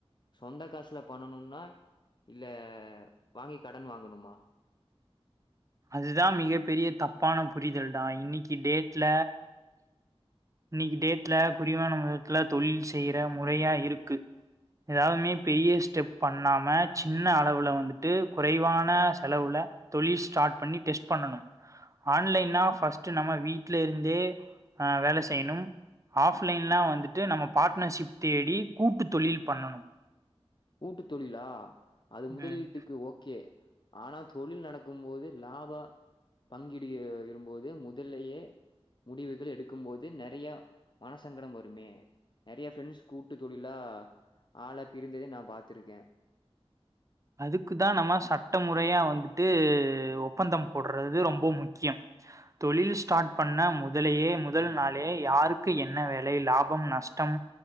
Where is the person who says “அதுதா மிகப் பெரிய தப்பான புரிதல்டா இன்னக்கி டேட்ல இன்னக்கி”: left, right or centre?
Right